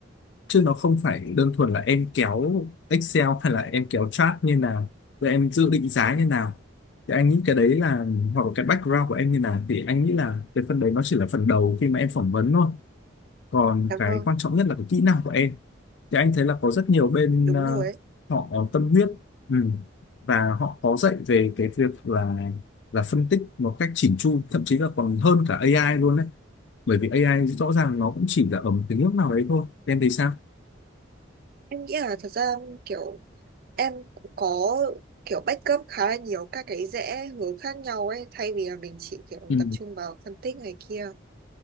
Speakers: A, on the left; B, on the right.
A: chứ nó không phải đơn thuần là em kéo Excel hay là em kéo chart như nào rồi em dự định giá như nào thì anh nghĩ cái đấy là hoặc là cái background của em như nào thì anh nghĩ là cái phần đấy nó chỉ là phần đầu khi mà em phỏng vấn thôi còn
B: dạ
A: cái
B: vâng
A: quan trọng nhất là cái kỹ năng của em thì anh thấy là có rất nhiều bên
B: đúng
A: ờ,
B: rồi ấy
A: họ tâm huyết ừ. và họ có dạy về cái việc là là phân tích một cách chỉn chu thậm chí là còn hơn cả AI luôn đấy bởi vì AI rõ ràng nó cũng chỉ là ở một cái nước nào đấy thôi em thấy sao
B: em nghĩ là thật ra kiểu em cũng có kiểu backup khá là nhiều các cái rẽ hướng khác nhau ấy thay vì là mình chỉ kiểu
A: ừ.
B: tập trung vào phân tích này kia